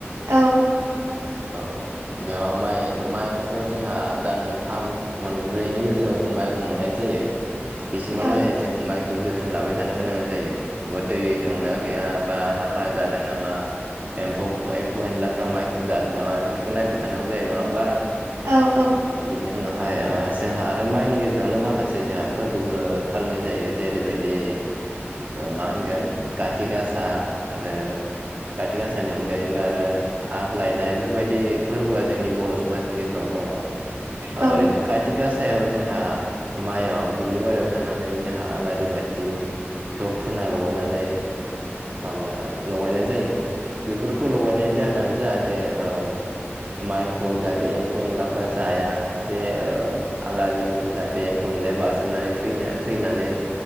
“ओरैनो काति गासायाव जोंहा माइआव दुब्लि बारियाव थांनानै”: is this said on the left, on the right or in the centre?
Right